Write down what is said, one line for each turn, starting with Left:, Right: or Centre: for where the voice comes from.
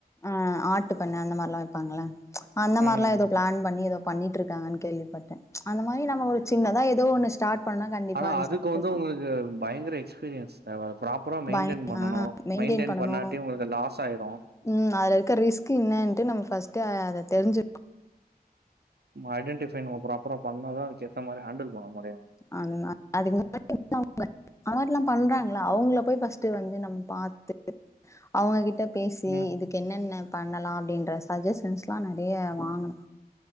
Left: ஆ ஆட்டு பண்ண அந்த மாரிலா வெப்பாங்கள அந்த மார்லா
Right: ம்
Left: ஏதோ பிளான் பண்ணி ஏதோ பண்ணிட்ருக்காங்கனு கேள்விப்பட்ட அந்த மாரி நம்ம ஒரு சின்னதா ஏதோ ஒன்னு ஸ்டார்ட் பண்ணா கண்டிப்பா
Right: ஆனா
Left: அது
Right: அதுக்கு
Left: சக்சஸ்
Right: வந்து உங்குளுக்கு
Left: ஆகு
Right: பயங்கர எக்ஸ்பீரிய தேவ ப்ராப்பரா மெயின்டென்
Left: பய
Right: பண்ணணு
Left: ஆ மெயின்டெயின்
Right: மெயின்டென்
Left: பண்ணனு
Right: பண்ணாட்டி உங்குளுக்கு லாஸாயிரு
Left: ம் அதுல இருக்கற ரிஸ்க் என்னான்ட்டு நம்ப ஃபர்ஸ்ட் அத தெரிஞ்சு
Right: ம் ஐடெண்டிஃபை நம்ப ப்ராப்பரா பண்ணா தா நம்ப அதுக்கேத்தா மாரி ஹேண்டில் பண்ண முடியு
Left: அண்ணா அதுக் <inaudible> <inaudible> ஆடுலா பண்றாங்கள அவுங்கள போய் ஃபர்ஸ்ட் வந்து நம்ப பாத்துட்டு அவுங்ககிட்ட பேசி
Right: ம்
Left: இதுக் கு என்னென்ன பண்ணலா அப்டின்ற சஜஷன்ஸ்லா நறைய வாங்கணு